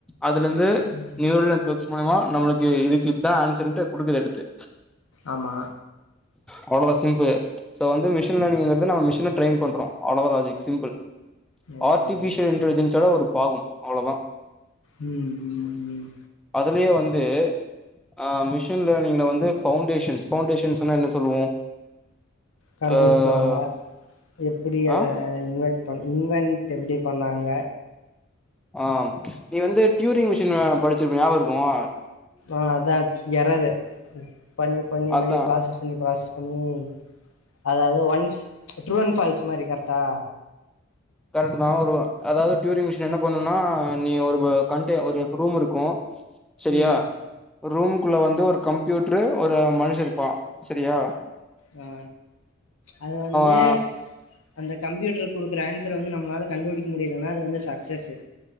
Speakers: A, in the centre; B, on the left (about 80°).
A: அதுல இருந்து
B: ம்
A: நியூலந் மூல்யமா நம்மளுக்கு இதுக்கு இதுதா ஆன்சர்ட்டு கொடுக்குது எடுத்து
B: ஆமா
A: அவ்ளதா சிம்புள் சோ வந்து மிசின்லேனிங்கிறது நம்ம மிஷின ட்ரைய் பண்றோ அவ்ளோ தா logic simple
B: okay
A: artificial
B: okay
A: இன்டலிஜன்ஸ்வோட ஒரு பாகம் அவ்ளோதா
B: ம் ம் ம்
A: அதுலேயே வந்து ஆ மிஷின் லேர்னிங்ல வந்து பவுண்டேஷன்ஸ் பவுண்டேஷன்ஸ்னா என்ன சொல்லுவோ
B: கண்டுபுடிச்சவங்க
A: ஆ
B: எப்டி
A: ஆ
B: அத ஏ இன்வெட் பண்ண இன்வென்ட் எப்டி பண்ணாங்க
A: ஆ ம் நீ வந்து டுரிங் மிஷின் அ படிச்சிருப்ப ஞாபகம் இருக்குமா
B: ஆ அதா எராரு பண்ணி பண்ணி இந்தமாரி
A: அதா
B: பிராசஸ் பண்ணி பிராசஸ் பண்ணி அதாவது ஒன்ஸ் ட்ரூ அண்ட் ஃபால்ஸ் மாரி கரெக்டா
A: கரெக்ட் தா ஒரு அதாவது டுயூரிங் மிஷின் என்ன பண்ணும்னா நீ ஒரு கன்ட் ஒரு ரூம் இருக்கு சரியா
B: ம்
A: ரூமுக்குள்ள வந்து ஒரு கம்ப்யூட்டர் ஒரு மனுஷன் இருப்பா சேரியா
B: ஆ அது வந்து
A: ஆ
B: அந்த கம்ப்யூட்டர் குடுக்குற ஆன்சர் வந்து நம்மளால கண்டுபிடிக்க முடியலன்னா அது வந்து சக்சஸ்ஸு